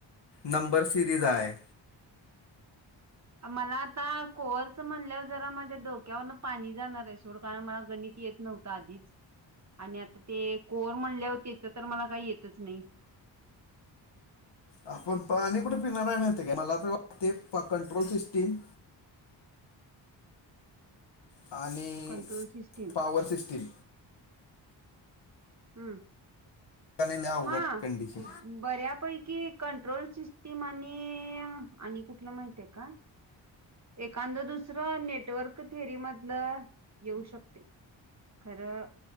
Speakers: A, on the left; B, on the right.
A: नंबर सिरीज आहे.
B: मलां आतां कोवरचं म्हणलंवर जरां माझ्यां डोकं डोक्यांवरंन पाणी जाणारं आहे सोड कारणं मलां गणितं येतं नव्हतं आधीचं आणि आतां ते कोवर म्हणले होतेच्यां तरं मुलां कांहीं येतंच नाहीं.
A: आपणं पाणी कुठे पिण्यां नाहीं माहीत कायं मलां तरं वाटते कंट्रोल सिस्टीमं आणि
B: कंट्रोल सिस्टीम
A: पॉवर सिस्टींम
B: हम्मं
A: आणि लय अवघड
B: हां
A: कंडिशन
B: बऱ्यांपैकी कंट्रोल सिस्टीम आणि आणि कुठलं माहिती आहे कां एखादं दुसरं नेटवर्क थेरी मधलं येऊं शकते. खरं